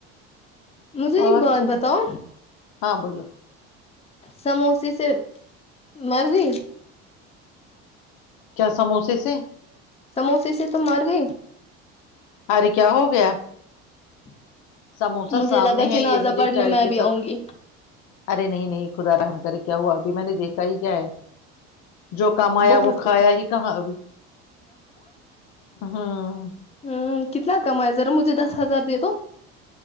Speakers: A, on the left; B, on the left.
A: مجھے ایک
B: اور
A: بات
B: سن
A: بتاؤ
B: ہاں بولو
A: سموسیے سے مرضی
B: کیا سموسے سے
A: سموسے سے تو مار گئی
B: ارے کیا ہو گیا
A: <inaudible>
B: سموسہ
A: مجھے
B: سامنے
A: لگا
B: ہے
A: جنازہ
B: یہ مجھے
A: پڑھنے
B: چائے
A: میں
B: کے
A: بھی
B: ساتھ
A: آؤں گی
B: ارے نہیں نہیں خدا رحم کرے کیا ہوا ابھی میں نے دیکھا ہی کیا ہے جو کم آیا
A: بہت
B: وہ کھایا
A: کچھ
B: ہی کہاں ابھی ہاں
A: ہوں کتنا کمایا ذرا مجھے دس ہزار دے تو